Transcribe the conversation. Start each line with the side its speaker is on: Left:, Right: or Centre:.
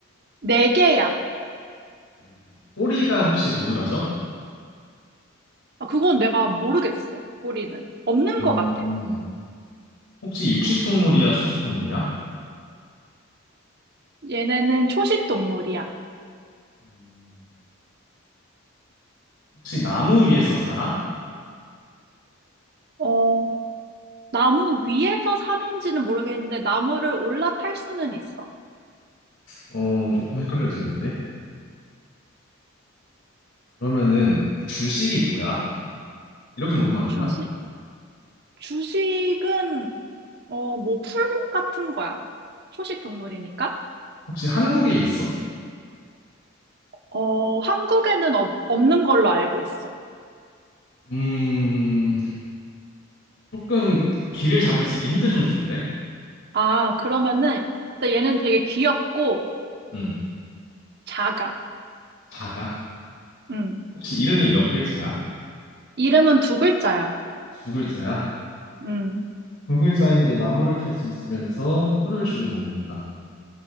Right: 네 개야.
Left: 다리 되게. 꼬리가 혹시 도드라져?
Right: 아, 그건 내가 모르겠어. 꼬리는. 없는
Left: 음,
Right: 것 같아.
Left: 혹시 육식 동물이야, 초식 동물이야?
Right: 얘네는 초식 동물이야.
Left: 음, 혹시 나무 위에서 살아?
Right: 어, 나무 위에서 사는지는 모르겠는데 나무를 올라탈 수는 있어.
Left: 어, 조금 헷갈려지는데. 그러면은 주식이 뭐야? 이렇게 물어보면 안
Right: 주식,
Left: 되나?
Right: 주식은 어, 뭐 풀 같은 거야. 초식 동물이니까.
Left: 혹시 한국에 있어?
Right: 어, 한국에는 없, 없는 걸로 알고 있어.
Left: 음, 조금 길을 잡을 수 있게 힌트 좀 줄래?
Right: 아, 그러면은 일단 얘는 되게 귀엽고
Left: 응.
Right: 작아.
Left: 자가?
Right: 음.
Left: 혹시 이름이 몇 글자야?
Right: 이름은 두 글자야.
Left: 두 글자야?
Right: 음.
Left: 두 글자인데 나무를 탈 수 있으면서 풀을 주로 먹는다.